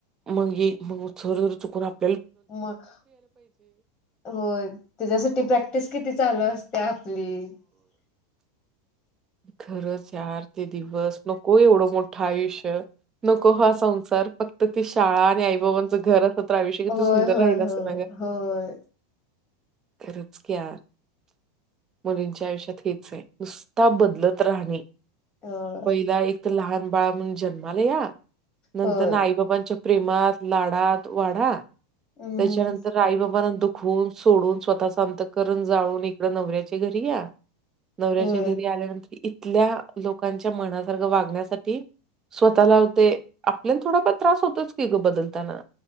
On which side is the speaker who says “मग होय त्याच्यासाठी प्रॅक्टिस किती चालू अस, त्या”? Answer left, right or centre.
Left